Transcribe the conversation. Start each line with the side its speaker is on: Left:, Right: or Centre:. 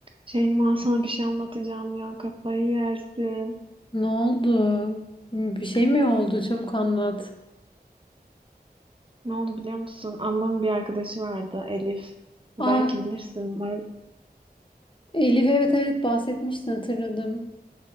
Right: Şeyma sana bir şey anlatacağım ya kafayı yersin.
Left: Ne oldu? Bir şey mi oldu? Çabuk anlat.
Right: Ne oldu biliyor musun? Ablamın bir arkadaşı vardı Elif. Belki
Left: Aa,
Right: bilirsin. Ben...
Left: Elif evet evet bahsetmiştin hatırladım.